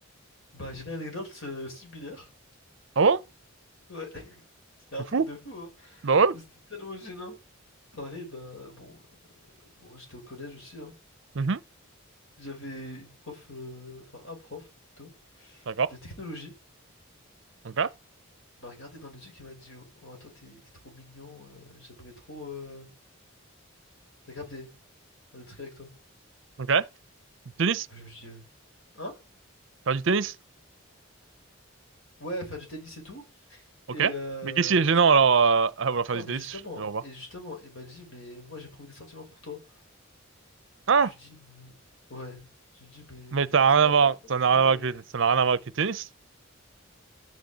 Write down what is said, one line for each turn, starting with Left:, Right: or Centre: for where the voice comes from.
Left: Bah, j'ai une anecdote euh, similaire.
Right: Ah bon?
Left: Ouais. <laughs> C'était un
Right: T'es
Left: truc
Right: Fou?
Left: de fou, hein.
Right: Bah ouais.
Left: C'était tellement gênant. Pareil, bah, bon, euh, bon j'étais au collège aussi, hein.
Right: Mhm.
Left: J'avais une prof, euh, enfin, un prof, plutôt,
Right: D'accord.
Left: de technologie.
Right: Ok.
Left: Il m'a regardé dans les yeux, qui m'a dit, Oh, oh, toi, t'es t'es trop mignon, euh, j'aimerais trop. euh, T'as capté, faire des trucs avec toi.
Right: Ok. Du tennis?
Left: Je me suis dit, hein?
Right: Faire du tennis?
Left: Ouais, faire du tennis et tout. Et,
Right: Ok.
Left: euh,
Right: Mais qu'est-ce qui est
Left: et
Right: gênant
Left: du coup,
Right: alors euh, à vouloir faire
Left: non,
Right: du
Left: mais
Right: tennis?
Left: justement,
Right: Je vois
Left: et
Right: pas.
Left: justement, il m'a dit, mais moi, j'éprouve des sentiments pour toi.
Right: Ah!
Left: Je lui dis, euh, ouais. Je lui dis, mais,
Right: Mais t'as
Left: mais ça
Right: rien
Left: va
Right: à voir,
Left: pas, pourquoi,
Right: ça
Left: monsieur?
Right: n'a rien
Left: euh
Right: à voir avec le, ça n'a rien à voir avec le tennis.